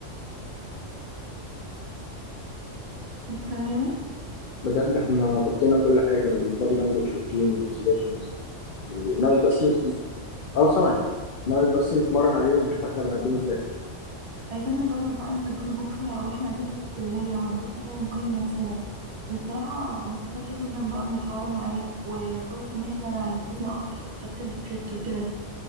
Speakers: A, on the right (about 65°); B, on the left (about 55°).
A: انت سامعني؟
B: بجد احنا غطينا كل حاجه البادي لانجوج والتون والاكسبريشنز وناقص بس نت- اه سامعك ناقص بس نتمرن عليه ونشوف احنا بنقدمه ازاي
A: عايزين نجرب بقى نسجله بكرة واحنا قاعدين في الكلية ونبص عليه ونقيم نفسنا والصراحة أنا استفدت جدا بقى من الحوار معاك وكويس إن احنا ركزنا أكتر في كتابة السكريبت وكده